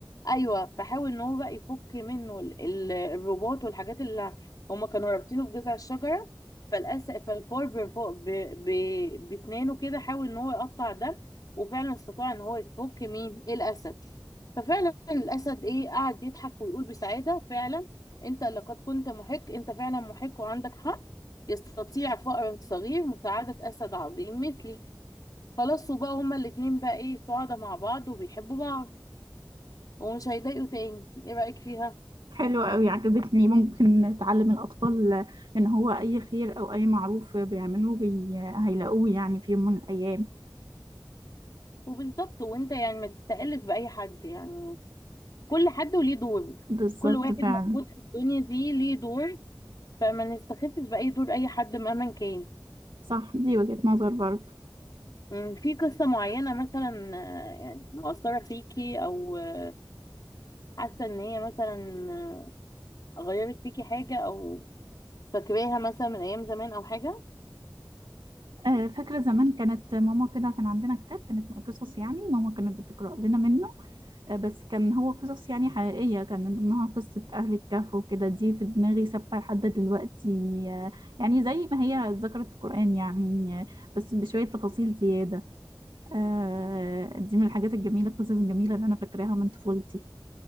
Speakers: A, on the left (about 50°); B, on the right (about 85°).
A: أيوة فحاول إن هو بقى يفك منه ال- ال- الرباط والحاجات اللي هما كانوا رابطينه بجذع الشجرة فالأس فالفار برفو- ب- ب- بأسنانه كده حاول إن هو يقطع ده وفعلا استطاع إن هو يفك مين الأسد ففعلا الأسد إيه قعد يضحك ويقول بسعادة فعلا أنت لقد كنت محق أنت فعلا محق وعندك حق يستطيع فأر صغير مساعدة أسد عظيم مثلي خلاص وبقى هما الاتنين بقى ايه سعداء مع بعض وبيحبوا بعض ومش هيضايقوا تاني ايه رأيك فيها
B: حلوة قوي عجبتني ممكن تعلم الأطفال إن هو أي خير أو أي معروف بيعملوه بي... هيلاقوه يعني في يوم من الأيام
A: وبالظبط وانت يعني ما تستقلش بأي حد يعني كل حد وليه دور
B: بالظبط
A: كل واحد
B: فعلا
A: موجود في الدنيا دي ليه دور فما نستخفش بأي دور أي حد مهما كان
B: صح دي وجهة نظر برضه
A: مم، في قصة معينة مثلا آه، يعني مؤثرة فيكي أو آه، حاسة إن هي مثلا آه، غيرت فيكي حاجة أو فاكراها مثلا من أيام زمان أو حاجة
B: آه، فاكرة زمان كانت ماما كده كان عندنا كتاب كانت قصص يعني ماما كانت بتقرأ لنا منه آه، بس كان هو قصص يعني حقيقية كان من ضمنها قصة أهل الكهف وكده دي في دماغي ثابتة لحد دلوقتي آه، يعني زي ما هي ذكرت في القرآن يعني آه، بس بشوية تفاصيل زيادة آه، دي من الحاجات الجميلة القصص الجميلة اللي أنا فاكراها من طفولتي